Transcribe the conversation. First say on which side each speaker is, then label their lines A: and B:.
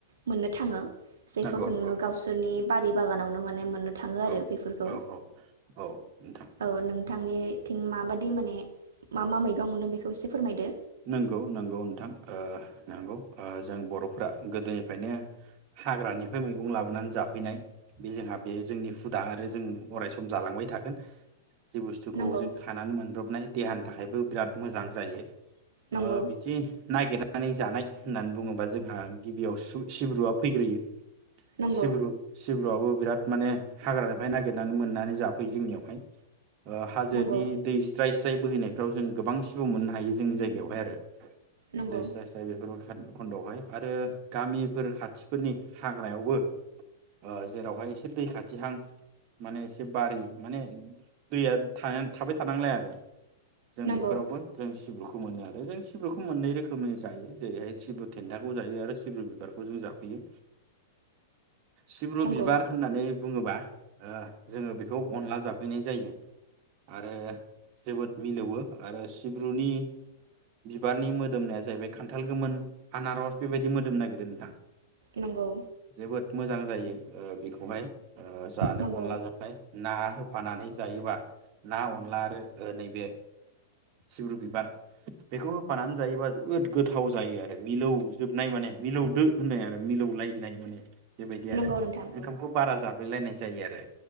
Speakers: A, on the right; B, on the right.
A: मोननो थाङो। जेखौ
B: नंगौ
A: जोङो
B: नंगौ
A: गावसोरनि बारि बागानावनो माने मोन मोननो थादों
B: औ
A: बिफोरखौ
B: औ औ औ नोंथां
A: औ नों, नोंथांनिथिं माबादि माने मा मा मैगं मोनो बेखौ एसे फोरमायदो
B: नंगौ नंगौ नोंथां ओ नंगौ जों बर'फोरा गोदोनिफ्रायनो हाग्रानिफ्राय मैगं लाबोनानै जाफैनाय बे जोङा बे जोंनि हुदा आरो जों अराय सम जालांबाय थागोन, जि बुस्थुखौ
A: नंगौ
B: जों खानानै मोनब्रबनाय देहानि थाखा आयबो बिराद मोजां जायो।
A: नंगौ
B: ओ बिदि नागिरनानै जानाय, होननानै बुङोबा जोंहा गिबियाव सु सिब्रुआ फैग्रोयो,
A: नंगौ
B: सिब्रु सिब्रुआबो बिराद माने हाग्रानिफ्राय नागिरनानै मोननानै जाफैयो जोंनियावहाय, हाजोनि
A: नंगौ
B: दै स्राय थाइ बोैहैनायफ्राव जों गोबां सिबु मोननो हायो जोंनि जायगायाव, बाय आरो
A: नंगौ
B: दै स्राय स्राय <unintelligible> खन्दआवहाय आरो गामिफोर खाथिफोरनि हाग्रायावबो ओ जेरावहाय एसे दै खाथिहां माने एसे बारि माने दैया थाया थाबाय थानांलाय आरो जों
A: नंगौ
B: बेफोरावबो जों सिब्रुखौ मोनो दा जों सिब्रुखौ मोननै रोखोमै जायो जेरैहाय सिब्रु थेन्थाखौ जायो आरो सिब्रु बिबारखौ जों जाफैयो सिब्रु
A: नंगौ
B: बिबार होननानै बुङोबा ओ जोङो बेखौ अनला जाफैनाय जायो आरो जोबोद मिलौवो आरो सिब्रुनि बिबारनि मोदोमनाया जाहैबाय खान्थाल गोमोन आनारस बेबायदि मोदोम नागिरदों नोंथां
A: नंगौ
B: जोबोद मोजां जायो बेखौहाय जानो
A: नंगौ
B: अनलाजोंहाय ना होफानानै जायोबा ना अनला आरो नैबे सिब्रु बिबार बेखौ होफानानै जायोबा जोबोद गोथाव जायो आरो। मिलौजोबनाय माने मिलौदो होननाय आरो मिलौलायनाय माने बेबायदि आरो
A: नंगौ नोंथां
B: ओंखामखौ बारा जाब्लेलायनाय जायो आरो